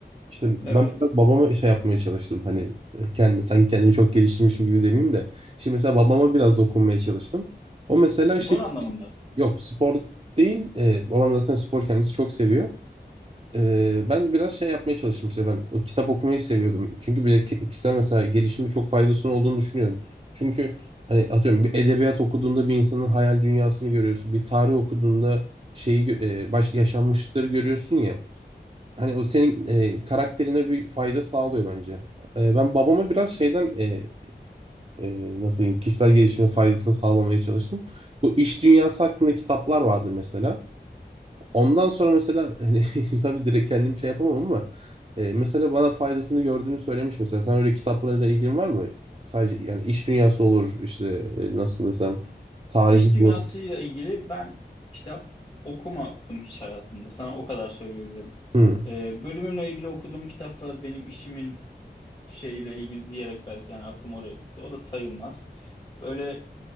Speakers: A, on the right; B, on the left.
A: İşte ben
B: evet.
A: biraz babama şey yapmaya çalıştım hani e, kendi sanki kendimi çok geliştirmişim gibi demeyeyim de. İşte mesela babama biraz
B: S-
A: dokunmaya çalıştım. O mesela
B: Spor
A: işte
B: anlamında.
A: yok spor değil. e, babam zaten spor kendisi çok seviyor. Ee, ben biraz şey yapmaya çalıştım işte ben o kitap okumayı seviyordum. Çünkü bir de ki- kişisel mesela gelişimi çok faydasının olduğunu düşünüyorum. Çünkü hani atıyorum bir edebiyat okuduğunda bir insanın hayal dünyasını görüyorsun. Bir tarih okuduğunda şeyi gö- e, baş yaşanmışlıkları görüyorsun ya. Hani o senin e, karakterine bir fayda sağlıyor bence. E, ben babama biraz şeyden e, e, nasıl diyeyim kişisel gelişimin faydasını sağlamaya çalıştım. Bu iş dünyası hakkında kitaplar vardı mesela. Ondan sonra mesela hani <laughs> tabii direkt kendim şey yapamam ama e, mesela bana faydasını gördüğünü söylemiş mesela. Sen öyle kitaplarla ilgin var mı? Sadece yani iş dünyası olur işte e, nasıl desem tarihi
B: İş dünyasıyla
A: bu.
B: ilgili ben kitap okumadım hiç hayatımda. Sana o kadar söyleyebilirim.
A: Hı
B: Ee, bölümümle ilgili okuduğum kitaplar benim işimin şeyle ilgili diyerek belki yani aklım oraya gitti. O da sayılmaz. Böyle